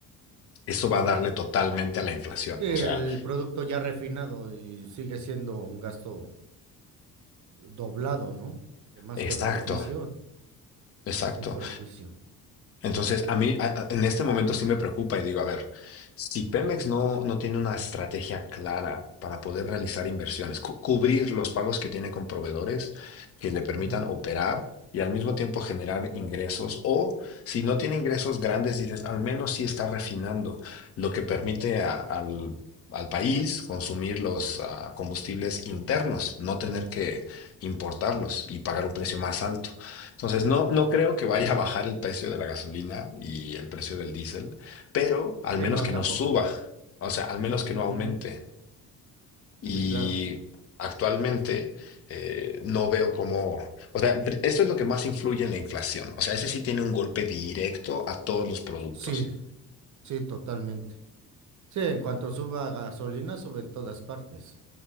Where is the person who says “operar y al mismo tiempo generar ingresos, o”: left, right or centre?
Left